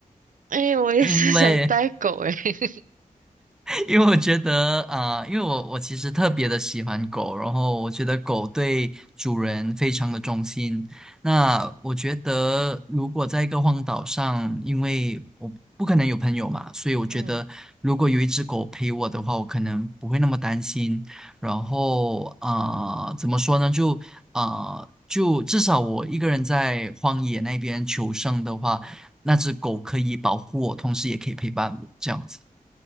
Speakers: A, on the right; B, in the centre.
A: 哎，我也是想带狗哎，
B: 因为
A: <laughs>
B: 因为我觉得，啊，因为我我其实特别的喜欢狗，然后我觉得狗对主人非常的忠心。那我觉得，如果在一个荒岛上，因为我不可能有朋友嘛，所以我觉得如果有一只狗陪我的话，
A: 嗯
B: 我可能不会那么担心。然后，啊，怎么说呢？就，啊，就至少我一个人在荒野那边求生的话，那只狗可以保护我，同时也可以陪伴我，这样子。